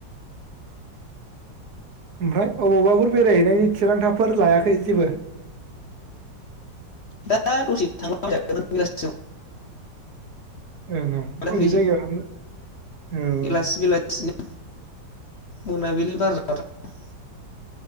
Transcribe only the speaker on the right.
ओमफ्राय अबावबाफोर बेरायहैनायनि थिरांथाफोर लायाखै जेबो?
ओं ओं अबि
जायगायाव थांनो? औ औ